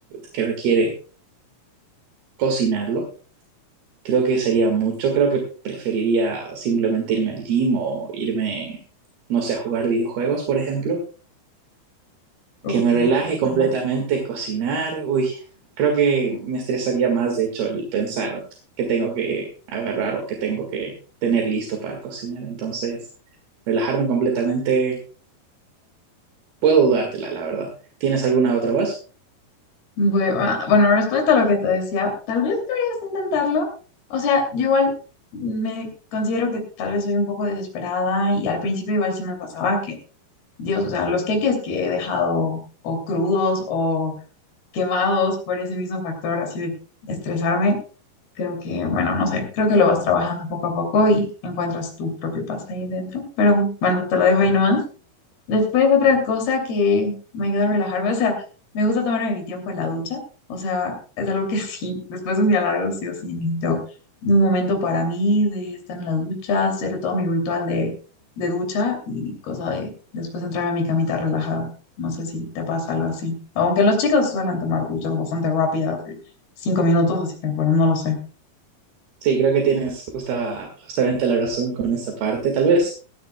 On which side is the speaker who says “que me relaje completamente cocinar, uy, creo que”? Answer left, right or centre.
Right